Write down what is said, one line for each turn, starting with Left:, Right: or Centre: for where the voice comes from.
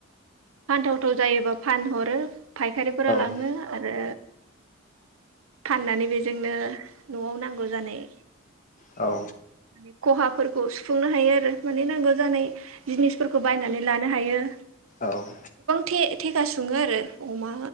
Right: फान्थाव फथ' जायोबा फानहरो फायखारिफोरा लाङो
Left: औ
Right: आरो फाननानै बेजोंनो न'आव नांगौ जानाय
Left: औ
Right: माने खहाफोरखौ सुफुंनो हायो आरो माने नांगौ जानाय जिनिसफोरखौ बायनानै लानो हायो
Left: औ
Right: थे- थेखा सुङो आरो अमा